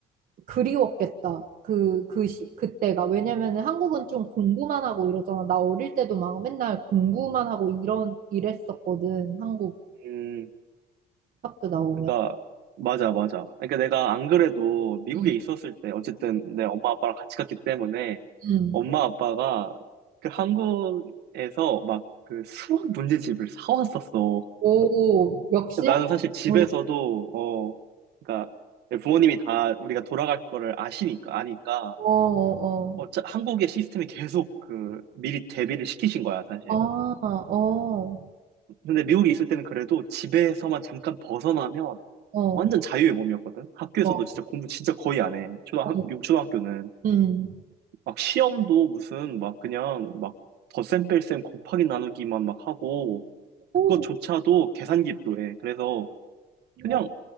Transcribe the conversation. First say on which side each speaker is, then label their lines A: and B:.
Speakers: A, on the right; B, on the right.
A: 그리웠겠다. 그, 그 시, 그때가. 왜냐면은 한국은 좀 공부만 하고 이러잖아. 나 어릴 때도 막 맨날 공부만 하고 이런, 이랬었거든. 한국.
B: 음,
A: 학교 나오면.
B: 그러니까 맞아, 맞아. 그러니까 내가 안 그래도 미국에
A: 음.
B: 있었을 때 어쨌든 내 엄마 아빠랑 같이 갔기 때문에
A: 음.
B: 엄마 아빠가 그 한국에서 막 그 수학 문제집을 사왔었어.
A: 오, 역시
B: 나는
A: 학-
B: 사실 집에서도,
A: 어,
B: 어, 그러니까 부모님이 다 우리가 돌아갈 거를 아시니까, 아니까,
A: 어, 어, 어.
B: 어, 짜- 한국의 시스템이 계속 그, 미리 대비를 시키신 거야, 사실.
A: 아, 어,
B: 근데 미국에 있을 때는 그래도 집에서만 잠깐 벗어나면
A: 어,
B: 완전 자유의 몸이었거든? 학교에서도
A: 어,
B: 진짜 공부 진짜 거의 안 해. 초등학,
A: 어.
B: 미국 초등학교는.
A: 음.
B: 막 시험도 무슨 막 그냥 막 덧셈 뺄셈 곱하기 나누기만 막 하고,
A: 오,
B: 그것조차도 계산기로 해. 그래서 그냥
A: 어,